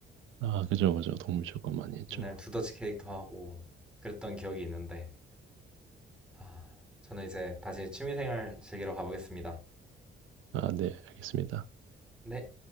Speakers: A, on the right; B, in the centre.
A: 아, 그죠, 그죠. 동물 철권 많이 했죠.
B: 맨날 두더지 캐릭터 하고 그랬던 기억이 있는데 아, 저는 이제 다시 취미생활 즐기러 가보겠습니다.
A: 아, 네, 알겠습니다.
B: 네.